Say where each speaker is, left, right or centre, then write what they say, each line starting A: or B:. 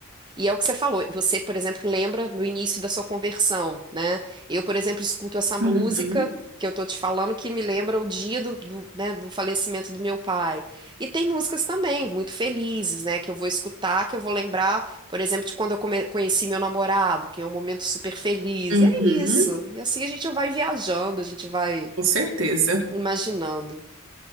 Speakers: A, on the right; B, on the right.
A: E é o que você falou. Você, por exemplo, lembra no início da sua conversão, né? Eu, por exemplo, escuto essa música
B: Uhum,
A: que eu tô te falando que me lembra o dia do, do, né, do falecimento do meu pai. E tem músicas também muito felizes, né? Que eu vou escutar, que eu vou lembrar, por exemplo, de quando eu come- conheci meu namorado, que é um momento super feliz.
B: uhum,
A: É isso. E assim a gente vai viajando, a gente vai
B: com certeza.
A: imaginando.